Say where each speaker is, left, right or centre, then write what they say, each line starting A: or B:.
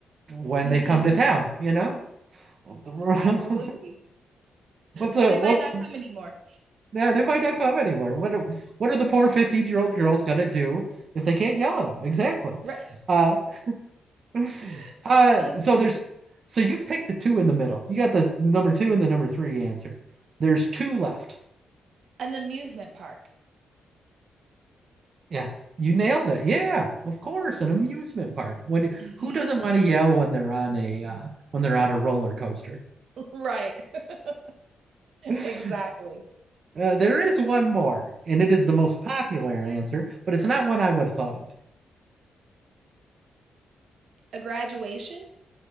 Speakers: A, on the right; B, on the right.
A: when
B: Mhm,
A: they come to town, you know? <laughs> What's
B: absolutely.
A: a
B: Or they
A: what's
B: might not come anymore.
A: yeah, they might not come anywhere. What are, what are the poor 15-year-old girls gonna do if they can't yell at them? Exactly.
B: Right.
A: Uh <laughs>
B: <laughs>
A: uh
B: Let's
A: so there's so you've picked the two in the middle. You got the number two and the number three answer. There's two left.
B: an amusement park.
A: Yeah, you nailed it. Yeah, of course, an amusement park. When you-
B: Mhm.
A: who doesn't want to yell when they're on a uh, when they're on a roller coaster?
B: <laughs> Right. <laughs>
A: <laughs>
B: Exactly.
A: Uh, there is one more, and it is the most popular answer, but it's not one I would have thought of.
B: A graduation?